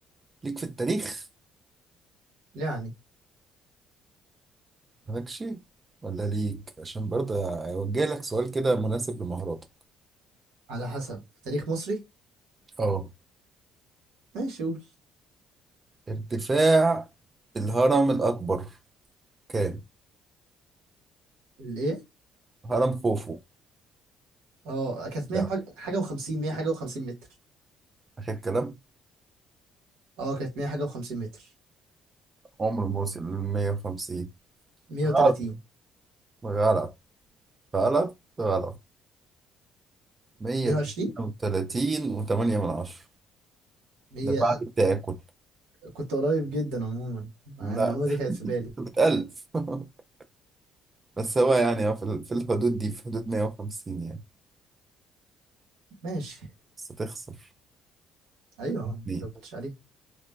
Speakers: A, on the right; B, on the right.
A: ليك في التاريخ
B: يعني
A: مالكش ولا ليك عشان برضه اوجه لك سؤال كده مناسب لمهاراتك
B: على حسب تاريخ مصري
A: اه
B: ماشي قول
A: ارتفاع الهرم الاكبر كام
B: الايه
A: هرم خوفو
B: اه كانت 100
A: يعني.
B: حاجه حاجة و50 100 حاجه و50 متر
A: اخر كلام
B: اه كانت 100 حاجه و50 متر
A: عمره ما وصل ل 150
B: 130
A: غلط غلط غلط غلط 132
B: 120
A: و8 من عشرة
B: 100
A: ده بعد التاكل
B: كنت قريب جدا عموما يعني
A: لا
B: المعلومه
A: <laughs>
B: دي كانت في بالي
A: بتألف <laughs> بس هو يعني هو في ال- في الحدود دي في حدود 150 يعني
B: ماشي
A: بس تخسر
B: ايوه يا
A: اتنين
B: عم، لو كنتش عليها